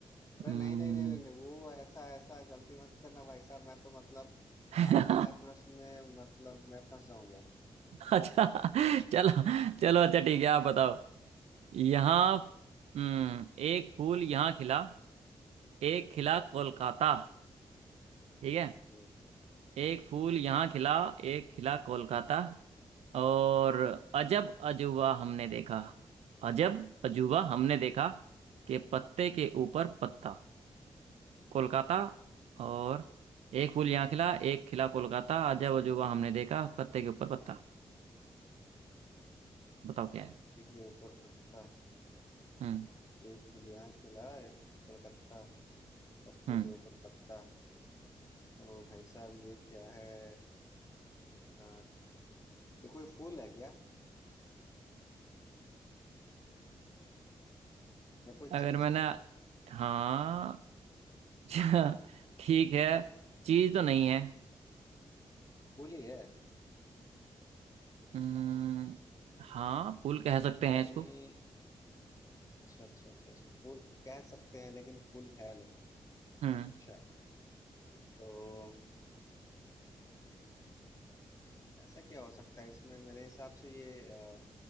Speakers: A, on the left; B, on the right.
A: अरे
B: हम्म,
A: नहीं नहीं नहीं नहीं नहीं वो ऐसा ऐसा गलती मत करना भाई साहब मैं तो मतलब
B: <laughs>
A: आपके हर प्रश्न में मतलब मैं फंस जाऊंगा
B: अच्छा चलो चलो अच्छा ठीक है आप बताओ यहाँ हम्म, एक फूल यहाँ खिला एक खिला कोलकाता
A: हम्म,
B: ठीक है
A: हम्म,
B: एक फूल यहाँ खिला एक खिला
A: ठीक
B: कोलकाता
A: है
B: और अजब अजूबा हमने देखा अजब अजूबा हमने देखा कि पत्ते के ऊपर पत्ता कोलकाता और एक फूल यहाँ खिला एक खिला कोलकाता अजब अजूबा हमने देखा पत्ते के ऊपर पत्ता बताओ क्या है
A: ठीक है ऊपर पत्ता
B: हम्म
A: एक फूल यहाँ खिला एक फूल कलकत्ता पत्ते
B: हम्म
A: के ऊपर पत्ता तो भाई साहब ये क्या है आ, ये कोई फूल है क्या या कोई
B: अगर
A: चीज
B: मैंने
A: है
B: हाँ <laughs> ठीक है चीज तो नहीं है
A: फूल ही है
B: हम्म हाँ फूल कह सकते हैं
A: कहीं
B: इसको
A: अच्छा अच्छा अच्छा इसको फूल कह सकते हैं लेकिन फूल है नहीं
B: हम्म
A: अच्छा तो ऐसा क्या हो सकता है इसमें मेरे हिसाब से ये आ,